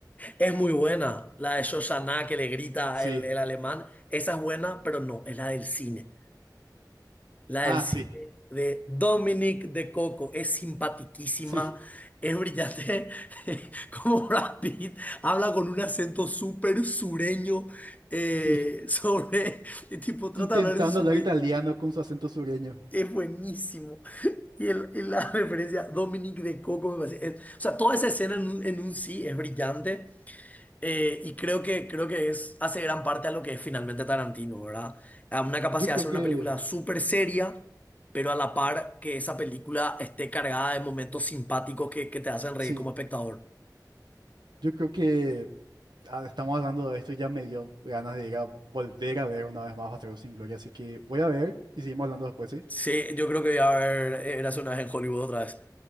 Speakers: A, on the left (about 20°); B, on the right (about 80°).
A: Es muy buena. La de Shoshana que le grita
B: Sí.
A: el, el alemán. Esa es buena, pero no, es la del cine. La
B: Ah,
A: del cine
B: sí,
A: de Dominic de Coco. Es simpatiquísima,
B: sí,
A: es brillante. <laughs> Como Brad Pitt habla con un acento súper sureño eh,
B: <laughs> sí.
A: sobre. El tipo trata
B: intentando
A: de hablar en sureño.
B: hablar italiano con su acento sureño.
A: Es buenísimo. Y, el- y la <laughs> referencia Dominic de Coco me parece. es- o sea, toda esa escena en, un- en un sí es brillante. Eh, y creo que, creo que es, hace gran parte a lo que es finalmente Tarantino, ¿verdad? A una capacidad
B: Yo creo
A: de hacer
B: que,
A: una película súper seria, pero a la par que esa película esté cargada de momentos simpáticos que, que te hacen reír
B: sí,
A: como espectador.
B: yo creo que ah, estamos hablando de esto y ya me dio ganas de ir a volver a ver una vez más Bastardos sin Gloria, así que voy a ver y seguimos hablando después, ¿sí?
A: Sí, yo creo que voy a ver eh, Érase una vez en Hollywood otra vez.